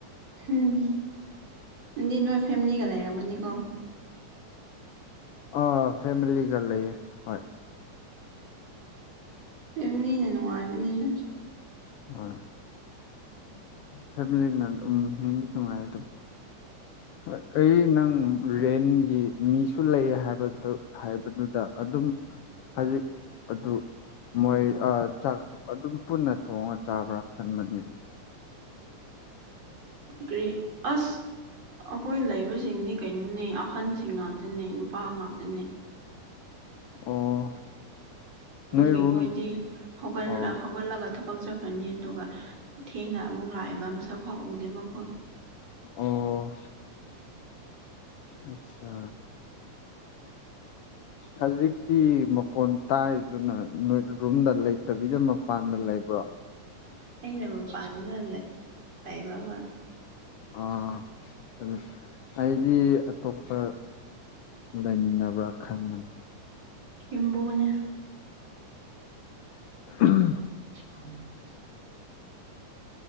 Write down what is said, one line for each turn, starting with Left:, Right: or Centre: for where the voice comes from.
Right: ꯎꯝ ꯅꯪꯗꯤ ꯅꯣꯏ ꯐꯦꯃꯤꯂꯤꯒ ꯂꯩꯔꯝꯒꯅꯤꯀꯣ
Left: ꯑꯥ ꯐꯦꯃꯤꯂꯤꯒ ꯂꯩꯌꯦ ꯍꯣꯏ
Right: ꯐꯝꯂꯤꯅ ꯅꯨꯡꯉꯥꯏꯕꯅꯤꯅ
Left: ꯍꯣꯏ ꯐꯦꯃꯤꯂꯤꯅ ꯗꯨꯝ ꯅꯨꯡꯉꯥꯏ ꯑꯗꯨꯝꯕ‌ꯧ ꯍꯣꯏ ꯑꯩ ꯅꯪ ꯔꯦꯟꯒꯤ ꯃꯤꯁꯨ ꯂꯩ ꯍꯥꯏꯕ ꯑꯗꯨ ꯍꯥꯏꯕꯗꯨꯗ ꯑꯗꯨꯝ ꯍꯩꯖꯤꯛ ꯑꯗꯨ ꯃꯣꯏ ꯑ ꯆꯥꯛ ꯑꯗꯨꯝ ꯄꯨꯟꯅ ꯊꯣꯡꯉ ꯆꯥꯕ꯭ꯔꯥ ꯈꯟꯕꯅꯤ
Right: ꯀꯔꯤ ꯑꯁ ꯑꯩꯈꯣꯏ ꯂꯩꯕꯁꯤꯡꯗꯤ ꯀꯩꯅꯣꯅꯦ ꯑꯍꯟꯁꯤꯡ ꯉꯥꯛꯇꯅꯦ ꯅꯨꯄꯥ ꯉꯥꯛꯇꯅꯦ
Left: ꯑꯣ
Right: ꯑꯗꯨꯒꯤ
Left: ꯅꯣꯏ ꯔꯨꯝ
Right: ꯃꯣꯏꯗꯤ ꯍꯧꯒꯜ
Left: ꯑꯣ
Right: ꯍꯧꯒꯠꯂꯒ ꯊꯕꯛ ꯆꯠꯈꯅꯤ ꯑꯗꯨꯒ ꯊꯦꯡꯅ ꯑꯃꯨꯛ ꯂꯥꯛꯑꯦꯕ ꯃꯁꯛ ꯈꯥꯛꯎꯗꯦꯕꯥꯀ‌‌ꯣ
Left: ꯑꯣ ꯑꯆꯥ ꯍꯧꯖꯤꯛꯇꯤ ꯃꯀꯣꯟ ꯇꯥꯏꯗꯨꯅ ꯔꯨꯝꯗ ꯂꯩ ꯇꯕꯤꯗ ꯃꯄꯥꯟꯗ ꯂꯩꯕ꯭ꯔꯣ
Right: ꯑꯩꯅ ꯃꯄꯥꯟꯗ ꯂꯩꯕ ꯍ‌ꯣꯏ
Left: ꯑꯥ ꯑꯗꯨ ꯑꯩꯗꯤ ꯑꯇꯣꯞꯄ ꯂꯩꯃꯤꯟꯅꯕ꯭ꯔꯥ ꯈꯟꯕꯂꯤ
Right: ꯏꯝꯕꯨꯅ‌ꯦ
Left: ꯎꯝ
Right: ꯎꯝ <unintelligible>